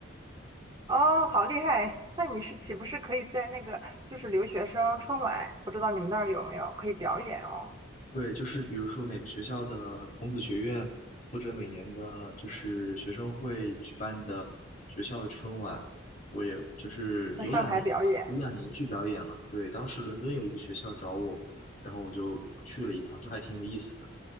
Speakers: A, on the right (about 20°); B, on the left (about 40°).
A: 哦，好厉害！那你是岂不是可以在那个就是留学生春晚，不知道你们那儿有没有可以表演哦？
B: 对，就是比如说每个学校的孔子学院，或者每年的就是学生会举办的学校的春晚，我也就是有两年吧，
A: 那上台表演，
B: 有两年去表演了。对，当时伦敦有一个学校找我，然后我就去了一趟，就还挺有意思的。